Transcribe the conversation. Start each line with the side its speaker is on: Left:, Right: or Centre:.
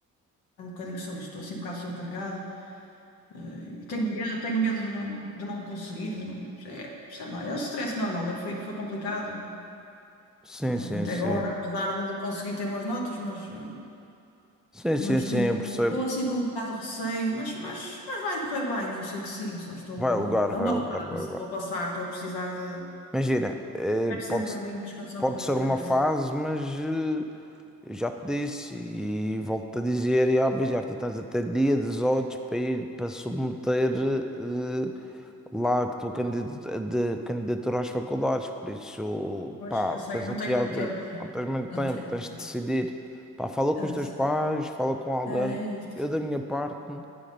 Left: um bocadinho sobre isto. Estou assim um bocado sobrecarregada, eh, e tenho medo, tenho medo de não, de não conseguir, de não, é, sei lá, é o stress normal, é, foi, foi complicado,
Centre: Sim,
Left: ah,
Centre: sim,
Left: até
Centre: sim.
Left: agora, apesar de de conseguir ter boas notas, mas, eh,
Centre: Sim, sim,
Left: mas
Centre: sim,
Left: tenho,
Centre: eu percebo.
Left: estou assim com um bocado de receio, mas, mas, mas vai correr bem, eu sei que sim, só estou
Centre: Vai alugar,
Left: a, é uma
Centre: vai alugar,
Left: fase,
Centre: vai alugar.
Left: estou a passar, estou a precisar de,
Centre: Imagina, eh,
Left: vai ser
Centre: pode,
Left: um bocadinho, descansar
Centre: pode
Left: um bocadinho
Centre: ser
Left: a cabeça.
Centre: uma fase, mas eh, eu já te disse e volto-te a dizer e a avisar, tu tens até dia 18 para ir para submeter eh, lá que estou candida- de candidatura às faculdades, por isso,
Left: Pois,
Centre: pá,
Left: eu sei,
Centre: tens
Left: não
Centre: aqui
Left: tenho
Centre: algo,
Left: muito tempo.
Centre: não tens muito
Left: Não
Centre: tempo,
Left: tenho
Centre: tens
Left: muito
Centre: de
Left: tempo.
Centre: decidir. Pá, fala
Left: Eu
Centre: com os teus
Left: sei.
Centre: pais, fala com alguém.
Left: É, é isso.
Centre: Eu, da minha parte,